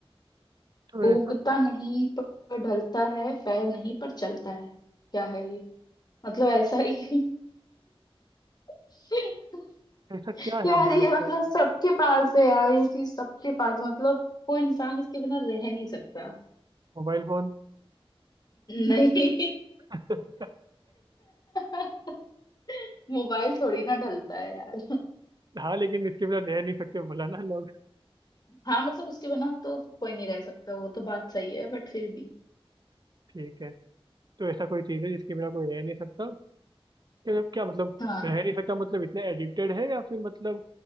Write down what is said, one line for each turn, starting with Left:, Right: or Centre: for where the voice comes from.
Right: तो
Left: उगता
Right: ऐसा
Left: नहीं पर ढलता है पैर नहीं पर चलता है क्या है ये मतलब ऐसा ही <laughs>
Right: ऐसा क्या है
Left: यार
Right: हमारे
Left: ये मतलब
Right: पास
Left: सबके पास है यार ये चीज सबके पास है। मतलब कोई इंसान इसके बिना रह नहीं सकता
Right: Mobile phone
Left: नहीं
Right: <laughs>
Left: <laughs> मोबाइल थोड़ी ना ढलता है यार
Right: हाँ लेकिन इसके बिना रह नहीं सकते बोला ना लोग
Left: हाँ मतलब उसके बिना तो कोई नहीं रह सकता वो तो बात सही है बट फिर भी
Right: <laughs> ठीक है तो ऐसा कोई चीज़ है जिसके बिना कोई रह नहीं सकता क्या जब क्या मतलब
Left: हाँ
Right: रह नहीं सकता मतलब इतने एडिक्टेड है या फिर मतलब